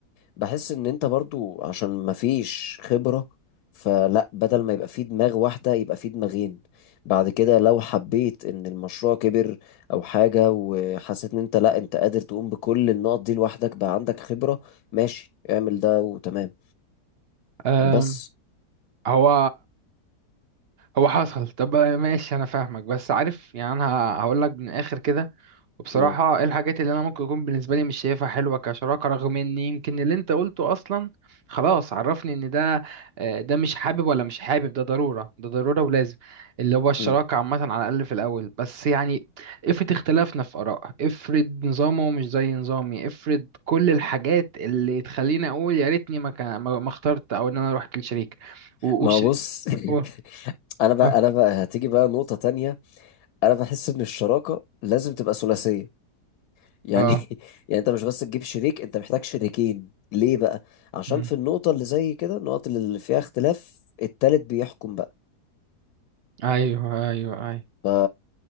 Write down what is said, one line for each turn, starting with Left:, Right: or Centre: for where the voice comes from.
Left: بحس ان انت برضو عشان ما فيش خبره فلا بدل ما يبقى في دماغ واحده يبقى في دماغين بعد كده لو حبيت ان المشروع كبر او حاجه وحسيت ان انت لا انت قادر تقوم بكل النقط دي لوحدك بقى عندك خبره ماشي اعمل ده وتمام
Right: آم،
Left: بس
Right: هو هو حصل طب ماشي انا فاهمك بس عارف يعني انا هقول لك من الاخر كده وبصراحه
Left: مم.
Right: ايه الحاجات اللي انا ممكن اكون بالنسبه لي مش شايفها حلوه كشراكه رغم ان يمكن اللي انت قلته اصلا خلاص عرفني ان ده آه، ده مش حابب ولا مش حابب ده ضروره ده ضروره ولازم اللي هو الشراكه
Left: مم.
Right: عامه على الاقل في الاول بس يعني افرض اختلافنا في اراء افرض نظامه مش زي نظامي افرض كل الحاجات اللي تخليني اقول يا ريتني ما كان- ما ما اخترت او ان انا رحت للشريك و...
Left: ما
Right: وش...
Left: هو بص
Right: و...
Left: <laughs> انا بقى
Right: اه
Left: انا بقى هتيجي بقى نقطة تانية انا بحس ان الشراكة لازم تبقى ثلاثية يعني
Right: آه.
Left: <laughs> يعني انت مش بس تجيب شريك انت محتاج شريكين ليه بقى عشان
Right: مم.
Left: في النقطة اللي زي كده النقط اللي فيها اختلاف التالت بيحكم بقى
Right: ايوه ايوه ايوه
Left: ف